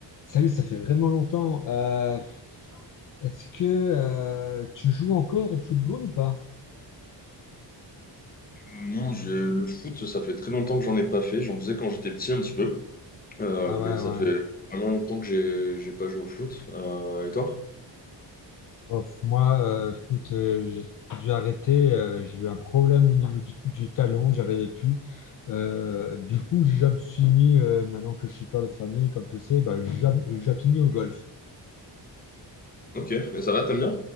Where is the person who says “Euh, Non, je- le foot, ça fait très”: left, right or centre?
Left